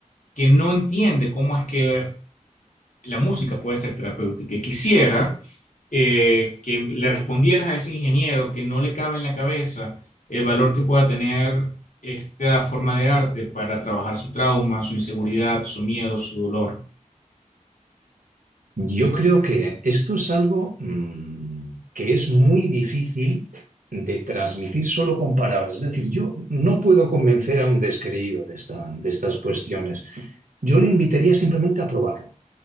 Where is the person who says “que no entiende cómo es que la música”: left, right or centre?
Left